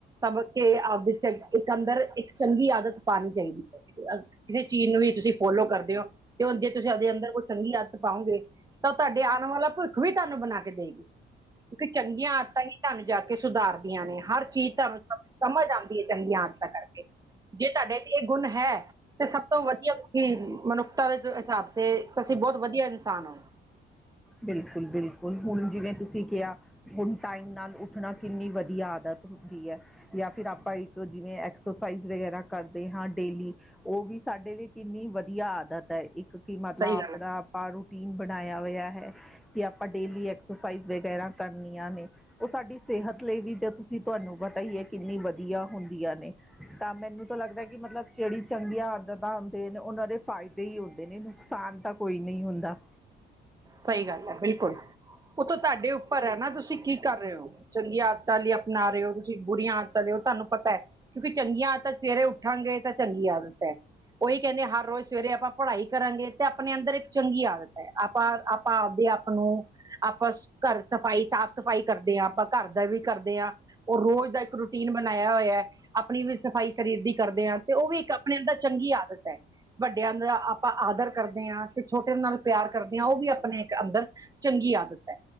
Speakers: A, on the right (about 20°); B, in the centre.
A: ਤਬ ਕਿ ਆਪਦੇ ਇੱਕ ਅੰਦਰ ਇੱਕ ਚੰਗੀ ਆਦਤ ਪਾਂਨੀ ਚਾਹੀਦੀ ਹੈ। ਕਿਸੇ ਚੀਜ਼ ਨੂੰ ਵੀ ਤੁਸੀਂ ਫੋਲੋ ਕਰਦੇ ਹੋ ਤੇ ਉਹ ਤੁਹਾਡੇ ਅੰਦਰ ਕੋਈ ਚੰਗੀ ਆਦਤ ਪਾਓਗੇ ਤਾਂ ਤੁਹਾਡੇ ਆਉਣ ਵਾਲਾ ਭਵਿੱਖ ਵੀ ਤੁਹਾਨੂੰ ਬਣਾ ਕੇ ਦੇਏਗੀ। ਕਿਉਂਕਿ ਚੰਗੀ ਚੰਗੀਆਂ ਆਦਤਾਂ ਹੀ ਤੁਹਾਨੂੰ ਜਾ ਕੇ ਸੁਧਾਰਦੀਆਂ ਨੇ ਹਰ ਚੀਜ਼ ਤੁਹਾਨੂੰ ਸਮਝ ਆਉਂਦੀ ਹੈ ਚੰਗੀਆਂ ਆਦਤਾਂ ਕਰਕੇ ਜੇ ਤੁਹਾਡੇ ਵਿੱਚ ਇਹ ਗੁਣ ਹੈ ਤੇ ਸਭ ਤੋਂ ਵਧੀਆ ਤੁਸੀਂ ਮਨੁੱਖਤਾ ਦੇ ਹਿਸਾਬ ਅਤੇ ਤੁਸੀਂ ਬਹੁਤ ਵਧੀਆ ਇਨਸਾਨ ਹੋ।
B: ਬਿਲਕੁੱਲ, ਬਿਲਕੁੱਲ ਹੁਣ ਜਿਵੇਂ ਤੁਸੀਂ ਕਿਹਾ ਹੁਣ ਟਾਈਮ ਨਾਲ ਉੱਠਣਾ ਕਿੰਨੀ ਵਧੀਆ ਆਦਤ ਹੁੰਦੀ ਹੈ। ਜਾਂ ਫਿਰ ਆਪਾਂ ਇੱਕ ਜਿਵੇਂ ਐਕਸਰਸਾਈਜ਼ ਵਗੈਰਾ ਕਰਦੇ ਹਾਂ ਡੇਲੀ ਉਹ ਵੀ ਸਾਡੇ ਲਈ ਕਿੰਨੀ ਵਧੀਆ ਆਦਤ ਹੈ ਇੱਕ ਕਿ ਮਤਲਬ
A: ਸਹੀ
B: ਆਪਣਾ
A: ਗੱਲ ਹੈ
B: ਆਪਾਂ ਰੂਟੀਨ ਬਣਾਇਆ ਹੋਇਆ ਹੈ। ਕਿ ਆਪਾਂ ਡੇਲੀ ਐਕਸਰਸਾਈਜ਼ ਵਗੈਰਾ ਕਰਨੀਆਂ ਨੇ। ਉਹ ਸਾਡੀ ਸਿਹਤ ਲਈ ਵੀ ਜੋ ਤੁਸੀਂ ਤੁਹਾਨੂੰ ਪਤਾ ਹੀ ਹੈ ਕਿੰਨੀ ਵਧੀਆ ਹੁੰਦੀਆਂ ਨੇ। ਤਾਂ ਮੈਨੂੰ ਤਾਂ ਲੱਗਦਾ ਕਿ ਮਤਲਬ ਜਿਹੜੀ ਚੰਗੀਆਂ ਆਦਤਾਂ ਹੁੰਂਦੇ ਨੇ ਉਹਨਾਂ ਦੇ ਫਾਇਦੇ ਵੀ ਹੁੰਦੇ ਨੇ ਨੁਕਸਾਨ ਤਾਂ ਕੋਈ ਨਹੀਂ ਹੁੰਦਾ।
A: ਸਹੀ ਗੱਲ ਹੈ ਬਿਲਕੁੱਲ ਉਹ ਤਾਂ ਤੁਹਾਡੇ ਉੱਪਰ ਹੈ ਨਾ ਤੁਸੀਂ ਕੀ ਕਰ ਰਹੇ ਹੋ ਚੰਗੀਆਂ ਆਦ ਆਦਤਾਂ ਲਈ ਅਪਣਾ ਰਹੇ ਹੋ ਤੁਸੀਂ ਬੁਰੀਆਂ ਆਦਤਾਂ ਹੋ ਤੁਹਾਨੂੰ ਪਤਾ ਹੈ ਕਿਉਂਕਿ ਚੰਗੀਆਂ ਆਦਤਾਂ ਸਵੇਰੇ ਉੱਠ ਉੱਠਾਂਗੇ ਤਾਂ ਚੰਗੀ ਆਦਤ ਹੈ। ਉਹੀ ਕਹਿੰਦੇ ਹਰ ਰੋਜ਼ ਸਵੇਰੇ ਆਪਾਂ ਪੜ੍ਹਾਈ ਕਰਾਂਗੇ ਤੇ ਆਪਣੇ ਅੰਦਰ ਇੱਕ ਚੰਗੀ ਆਦਤ ਹੈ। ਪਰ ਆਪਾਂ ਆਪਦੇ ਆਪ ਨੂੰ ਆਪਾਂ ਘਰ ਸਫ਼ਾਈ ਸਾਫ਼ ਸਫ਼ਾਈ ਕਰਦੇ ਹਾਂ ਆਪਾਂ ਘਰ ਦਾ ਵੀ ਕਰਦੇ ਹਾਂ। ਉਹ ਰੋਜ਼ ਦਾ ਇੱਕ ਰੁਟੀਨ ਰੁਟੀਨ ਬਣਾਇਆ ਹੋਇਆ ਆਪਣੀ ਵੀ ਸਫਾਈ ਸਰੀਰ ਦੀ ਕਰਦੇ ਹਾਂ ਤੇ ਉਹ ਵੀ ਇੱਕ ਆਪਣੇ ਅੰਦਰ ਇਕ ਚੰਗੀ ਆਦਤ ਹੈ। ਵੱਡਿਆਂ ਦਾ ਆਪਾਂ ਆਦਰ ਕਰਦੇ ਹਾਂ ਤੇ ਛੋਟੇ ਨਾਲ ਪਿਆਰ ਕਰਦੇ ਹਾਂ ਉਹ ਵੀ ਆਪਣੇ ਅੰਦਰ ਚੰਗੀ ਆਦਤ ਹੈ